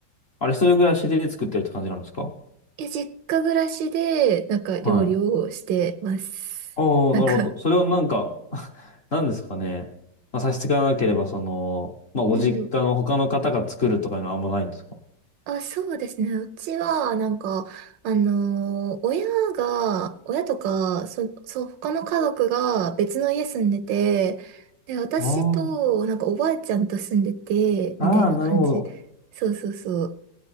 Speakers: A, on the left; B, on the right.
A: あれ一人暮らしで作ってるって感じなんですか
B: え、実家暮らしで、なんか料理をしてます。
A: はい。おー、
B: なんか、
A: なるほど。それをなんか、<laughs> なんですかね。まあ、差し支えなければ、その、まあ、ご実家の他の方が作るとかいうのはあんまないんですか
B: うんあ、そうですね。うちは、なんか、あのー親が、親とか、そ、そう、他の家族が別の家住んでて、で、私と、
A: あ
B: なんかおばあちゃんと住んでて、
A: あ、
B: みたいな感じ。
A: ああ、なるほど。
B: そうそうそう。